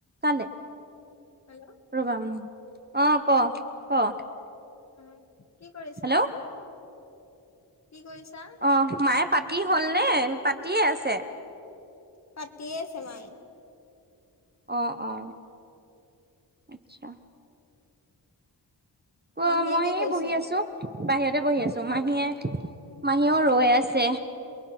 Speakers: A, on the right; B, on the left.
A: কালে
B: হেল্ল'
A: ৰবা উম অ ক ক
B: অহ কি কৰিছা
A: হেল্ল'
B: কি কৰিছা
A: অ মায়ে পাতি হল নে পাতিয়ে আছে
B: পাতিয়ে আছে মাই
A: অ অ আচ্ছা অ
B: মাহীয়ে
A: মই
B: কি কৰিছে
A: এই বহি আছো বাহিৰতে বহি আছো মাহীয়ে মাহীয়েও ৰৈ আছে